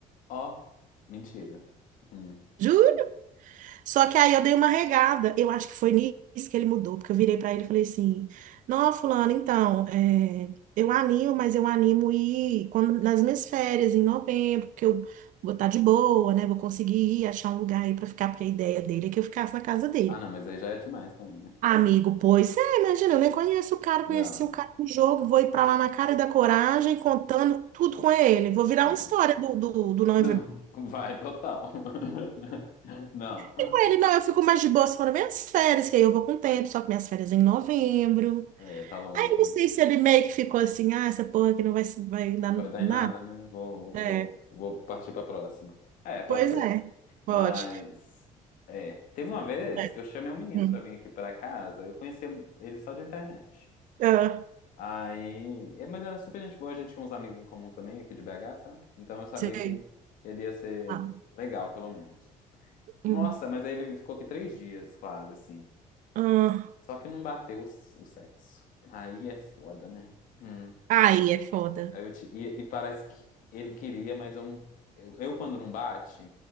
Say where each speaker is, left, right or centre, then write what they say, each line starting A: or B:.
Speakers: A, on the left; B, on the right.
A: Ó, mentira. Hum.
B: Juro? Só que aí eu dei uma regada. Eu acho que foi nisso que ele mudou, porque eu virei pra ele e falei assim: Não, fulano, então, é, eu animo, mas eu animo ir quando, nas minhas férias, em novembro, porque eu vou estar de boa, né? Vou conseguir ir achar um lugar aí pra ficar, porque a ideia dele é que eu ficasse na casa dele.
A: Ah, não, mas aí já é demais também, né?
B: Amigo, pois é, imagina, eu nem conheço o cara,
A: Não,
B: conheci o cara no jogo, vou ir pra lá na cara da coragem, contando tudo com ele. Vou virar
A: não.
B: uma história do, do, do Não
A: <laughs> Vai, total. <laughs> Não.
B: E com ele, não, eu fico mais de boa se for nas minhas férias, que aí eu vou com o tempo, só que minhas férias é em novembro.
A: é, tá longe,
B: Aí eu não
A: né?
B: sei se ele meio que ficou assim, ah, essa porra aqui não vai, se- vai dar
A: Não vai dar
B: nada.
A: em nada, né? Vou,
B: É,
A: vou, vou partir pra próxima. É, pode
B: pois
A: ser.
B: é, pode.
A: Mas, é. Teve uma vez
B: É.
A: que eu chamei um menino
B: Hum.
A: pra vir aqui pra casa. Eu conhecia ele só de internet.
B: Ah,
A: Aí, é, mas era super gente boa, a gente tinha uns amigos em comum também aqui de BH, sabe? Então eu sabia
B: sei.
A: que ele ia ser
B: Ah,
A: legal, pelo menos.
B: hum.
A: Nossa, mas aí ele ficou aqui três dias, quase, assim.
B: Ah,
A: Só que não bateu o, s- o sexo. Aí é foda, né? Hum.
B: Ai, é foda.
A: Aí eu te- e, e parece que ele queria, mas eu não. Eu, eu, quando não bate,